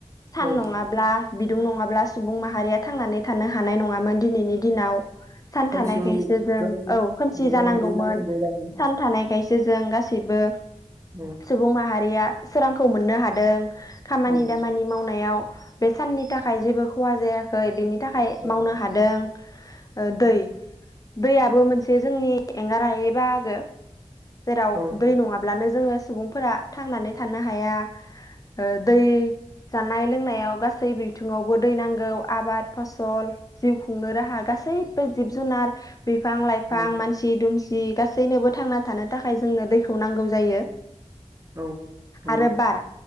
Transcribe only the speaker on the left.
सान
नङाब्ला बिदुं नङाब्ला सुबुं माहारिया थांनानै थानो हानाय नङामोन दिनैनि दिनाव सान
थानायखायसो
जों औ खोमसि
जानांगौमोन
सान थानायखायसो जोजों गासैबो
सुबुं माहारि रिया सोरां खौ मोन्नो हादों। खामानि
दामानि मावनाय बेयाव बे साननि थाखाय जेबो खहा जायाखै बेनि थाखाय
मावनो हादों ओ दै दैयाबो मोनसे जोंनि एंगार हायै बाहागो। जेराव
दै नङाब्लानो जोङो सुबुंफोरा थांनानै थानो हाया। ओ दै जानाय लोंनायाव गा सै बिथिङावबो दै नांगौ आबाद फसल जिउ खुंनो राहा गासैबो जिब जुनार बिफां लायफां
मानसि दुमसि जि गासैनोबो थांना थानो थाखाय जोंनो दैखौ नांगौ जायो।
आरो बार